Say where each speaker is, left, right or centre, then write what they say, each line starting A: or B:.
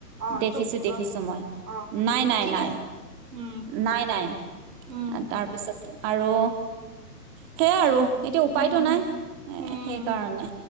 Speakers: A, on the right; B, on the right.
A: অ
B: দেখিছো
A: ত
B: দেখিছো
A: অ
B: মই
A: অ
B: নাই
A: ত
B: নাই
A: ঠিক
B: নাই
A: আছে উম
B: নাই নাই
A: উম
B: তাৰপিছত আৰু সেয়া আৰু এতিয়া উপায়তটো
A: উম
B: নাই
A: উম
B: সেই কাৰণে